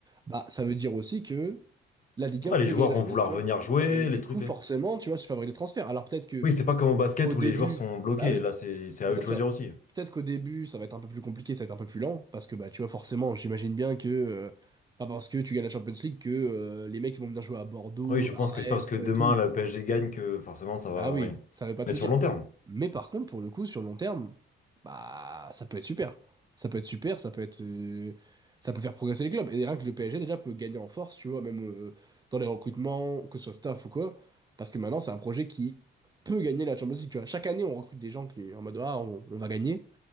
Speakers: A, on the right (about 20°); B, on the left (about 40°).
A: Bah, ça veut dire aussi que la Ligue 1
B: Ah,
A: peut
B: les joueurs
A: gagner la
B: vont
A: Champions
B: vouloir
A: League, tu vois.
B: venir jouer,
A: Et du
B: les trucs.
A: coup, forcément,
B: les-
A: tu vois, tu favorises les transferts. Alors peut-être que
B: Oui, c'est pas comme au basket
A: au
B: où
A: début,
B: les joueurs sont bloqués.
A: bah oui,
B: Là, c'est c'est à
A: c'est
B: eux
A: ça,
B: de
A: tu
B: choisir
A: vois.
B: aussi.
A: Peut-être qu'au début, ça va être un peu plus compliqué, ça va être un peu plus lent, parce que bah tu vois, forcément, j'imagine bien que euh, pas parce que tu gagnes la Champions League que euh, les mecs ils vont venir jouer à Bordeaux,
B: Oui, je pense
A: à
B: que c'est
A: Rennes,
B: pas parce
A: tout
B: que
A: ça
B: demain
A: et tout.
B: la PSG gagne que forcément ça va.
A: Ah oui,
B: Oui,
A: ça veut pas tout
B: mais sur
A: dire.
B: le long terme.
A: Mais par contre, pour le coup, sur le long terme, bah ça peut être super. Ça peut être super, ça peut être euh, ça peut faire progresser les clubs. Et rien que le PSG déjà peut gagner en force, tu vois, même euh, dans les recrutements, que ce soit staff ou quoi. Parce que maintenant, c'est un projet qui peut gagner la Champions League, tu vois. Chaque année, on recrute des gens qui en mode ah on, on va gagner,